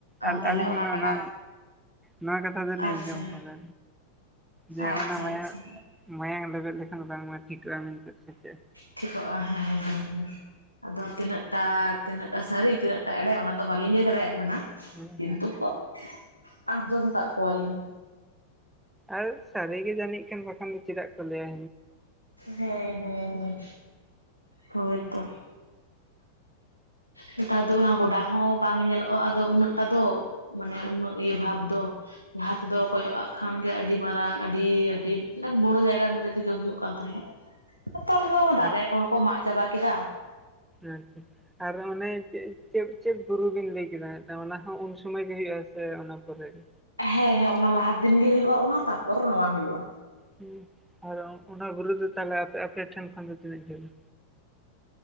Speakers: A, in the centre; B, on the left.
A: ᱟᱞ-ᱟᱹᱞᱤᱧ
B: ᱛᱟᱦᱞᱮ
A: ᱦᱚᱸ ᱱᱟ
B: ᱠᱟᱴᱟ
A: ᱚᱱᱟ ᱱᱚᱣᱟ ᱠᱟᱛᱷᱟ ᱫᱚᱞᱤᱧ
B: ᱟᱪᱪᱷᱟ
A: ᱟᱸᱡᱚᱢ ᱠᱟᱫᱟ, ᱡᱮ
B: ᱟᱪᱪᱷᱟ
A: ᱚᱱᱟ ᱢᱟᱭᱟᱝ
B: ᱟᱪᱪᱷᱟ
A: ᱢᱟᱭᱟᱝ ᱞᱮᱵᱮᱫ ᱞᱮᱠᱷᱟᱱ ᱵᱟᱝᱢᱟ ᱴᱷᱤᱠᱚᱜᱼᱟ ᱢᱮᱱᱛᱮ ᱥᱮ ᱪᱮᱫ?
B: ᱴᱷᱤᱠᱚᱜᱼᱟ ᱦᱮᱸ ᱦᱮᱸ᱾ ᱟᱫᱚ ᱛᱤᱱᱟᱹᱜ ᱴᱟ ᱛᱤᱱᱟᱹᱜ ᱴᱟ ᱥᱟᱹᱨᱤ ᱛᱤᱱᱟᱹᱜ ᱴᱟ ᱮᱲᱮ ᱚᱱᱟᱫᱚ ᱵᱟᱹᱞᱤᱧ ᱞᱮᱭ ᱫᱟᱲᱮᱭᱟᱜ ᱠᱟᱱᱟ᱾
A: ᱦᱮᱸ
B: ᱠᱤᱱᱛᱩ
A: ᱦᱮᱸ
B: ᱠᱚ ᱟᱡᱚᱢ ᱠᱟᱜ ᱠᱚᱣᱟᱞᱤᱧ᱾
A: ᱟᱨ ᱥᱟᱹᱨᱤᱜᱮ ᱡᱟᱹᱱᱤᱡ ᱠᱷᱟᱱ ᱵᱟᱠᱷᱟᱱ ᱫᱚ ᱪᱮᱫᱟᱜ ᱠᱚ ᱞᱟᱹᱭᱟ?
B: ᱦᱮᱸ ᱦᱮᱸ ᱦᱮᱸ ᱦᱳᱭᱛᱚ᱾ ᱱᱮᱛᱟᱨ ᱫᱚ ᱚᱱᱟ ᱜᱚᱰᱟ ᱦᱚᱸ ᱵᱟᱝ ᱧᱮᱞᱚᱜᱼᱟ ᱟᱫᱚ ᱩᱱᱟᱹᱜ ᱴᱟ ᱫᱚ᱾ ᱢᱟᱱᱮ ᱩᱱᱟᱹᱜ ᱤᱭᱟᱹ ᱵᱷᱟᱵ ᱫᱚ᱾ ᱞᱟᱦᱟ ᱛᱮᱫᱚ ᱠᱚᱭᱚᱜᱼᱟᱜ ᱠᱷᱟᱱ ᱜᱮ ᱟᱹᱰᱤ ᱢᱟᱨᱟᱝ ᱟᱹᱰᱤ ᱟᱹᱰᱤ ᱢᱟᱱᱮ ᱵᱚᱲᱚ ᱡᱟᱭᱜᱟ ᱢᱤᱞᱮ ᱛᱮᱜᱮ ᱦᱩᱭᱩᱜ ᱠᱟᱱ ᱛᱟᱦᱮᱸᱫ᱾ ᱱᱮᱛᱟᱨ ᱫᱚ
A: ᱟᱨ
B: ᱫᱟᱨᱮ ᱠᱚᱦᱚᱸ ᱠᱚ ᱢᱟᱜ ᱪᱟᱵᱟ ᱠᱮᱫᱟ᱾
A: ᱟᱪᱪᱷᱟ, ᱟᱨ ᱚᱱᱮ ᱪᱮᱫ ᱪᱮᱫ ᱵᱩᱨᱩ ᱵᱤᱱ ᱞᱮᱭ ᱠᱮᱫᱟ ᱢᱮᱫᱴᱟᱝ ᱚᱱᱟ ᱦᱚᱸ ᱩᱱ ᱥᱩᱢᱚᱭ ᱜᱮ ᱦᱩᱭᱩᱜᱼᱟ ᱥᱮ ᱚᱱᱟ ᱯᱚᱨᱮ ᱜᱮ?
B: ᱦᱮᱸ ᱦᱮᱸ ᱚᱱᱟ ᱞᱟᱦᱟ ᱫᱤᱱ ᱜᱮ ᱦᱩᱭᱩᱜᱼᱟ ᱚᱱᱟ ᱛᱟᱨᱯᱚᱨ ᱱᱚᱶᱟ ᱦᱩᱭᱩᱜᱼᱟ᱾
A: ᱦᱩᱸ ᱟᱨ ᱚ-ᱚᱱᱟ ᱜᱩᱨᱩ ᱫᱚ ᱛᱟᱦᱚᱞᱮ ᱟᱯᱮ ᱟᱯᱮ ᱴᱷᱮᱱ ᱠᱷᱚᱱ ᱫᱚ ᱛᱤᱱᱟᱹᱧ ᱡᱷᱟᱹᱞᱟᱹ?